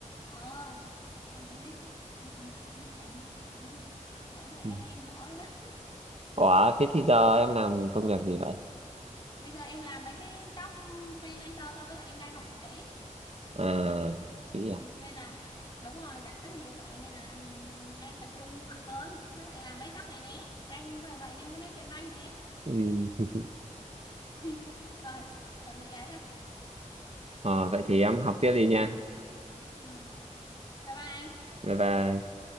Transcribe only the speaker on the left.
ờ mà mình nói chứ- ừ, ừ, mà làm ngân hàng mệt ỏm nha bởi vậy
nên em bỏ rồi đó <laughs>
bây giờ em làm mấy cái job freelancer thôi với lại em đang học thạc sĩ
Ừ,
nên là đúng rồi gần tốt nghiệp rồi nên là đang tập trung học hơn với lại là mấy chóc này nè đang vậy vậy nên mới nói chuyện với anh nè
<laughs> rồi chuẩn bị ấy rồi
ừ. Ừ. bye bye anh